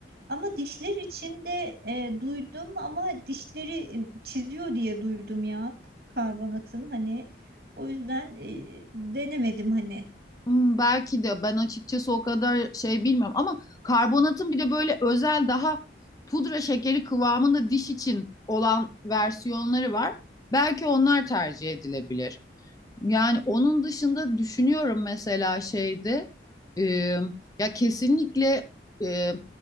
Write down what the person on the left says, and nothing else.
Hmm, belki de ben açıkçası o kadar şey bilmiyorum ama karbonatın bir de böyle özel daha pudra şekeri kıvamında diş için olan versiyonları var. Belki onlar tercih edilebilir. Yani onun dışında düşünüyorum mesela şeyde e, ya kesinlikle e,